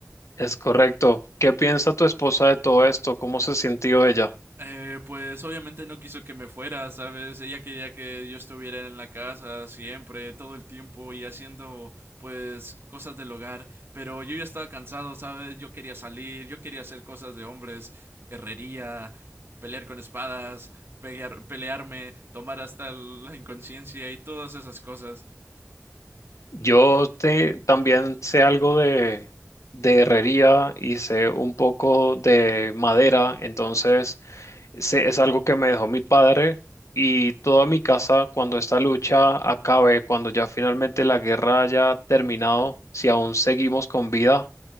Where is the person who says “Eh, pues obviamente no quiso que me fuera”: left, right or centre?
Right